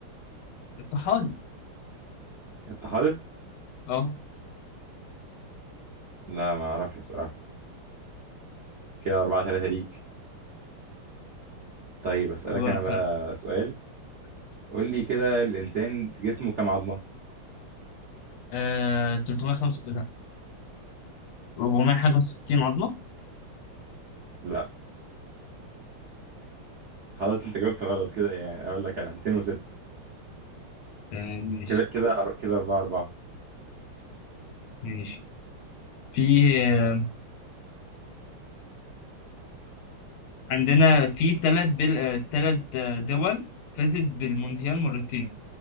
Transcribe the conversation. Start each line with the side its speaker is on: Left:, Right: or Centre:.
Left: الطحال
Right: أنت حاضر؟
Left: أهو
Right: لا ما أعرفش بصراحة كده أربعة تلاتة ليك طيب أسألك
Left: دورك
Right: أنا بقى
Left: يلا
Right: سؤال قول لي كده الإنسان في جسمه كام عظمة؟
Left: آه 305 لا 400 حاجة و60 عظمة
Right: لا خلاص أنت جاوبت غلط كده يعني أقول لك أنا 206
Left: تمام ماشي
Right: كده كده أر- كده أربعة أربعة
Left: ماشي في آه، عندنا في تلات بل... آه، تلات آه، دول فازت بالمونديال مرتين